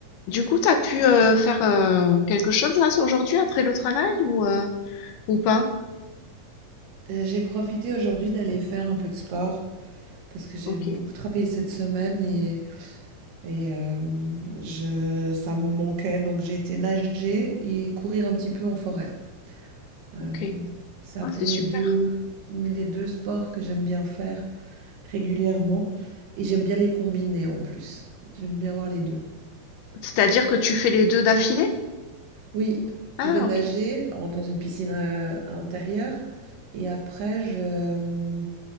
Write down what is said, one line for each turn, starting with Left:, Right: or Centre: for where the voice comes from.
Left: Du coup, t'as pu euh, faire euh, quelque chose là aujourd'hui après le travail ou, euh, ou pas?
Right: Euh, J'ai profité aujourd'hui d'aller faire un peu de sport parce que j'ai
Left: Ok,
Right: beaucoup travaillé cette semaine et, et, euh, je, ça me manquait. Donc j'ai été nager et courir un petit peu en forêt. Euh,
Left: ok.
Right: c'est un
Left: Ah,
Right: peu
Left: c'est
Right: mes
Left: super.
Right: deux, mes- les deux sports que j'aime bien faire régulièrement et j'aime bien les combiner en plus. J'aime bien avoir les deux.
Left: C'est-à-dire que tu fais les deux d'affilée?
Right: Oui,
Left: Ah,
Right: je vais nager
Left: ok.
Right: en- dans une piscine euh, intérieure et après je,